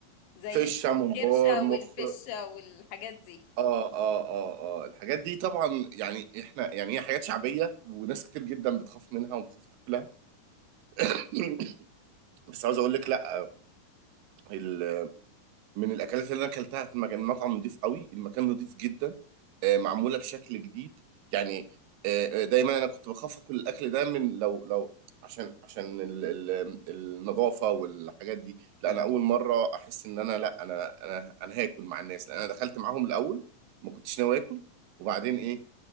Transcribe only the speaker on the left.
زي
الكرشة
والفشة والحاجات دي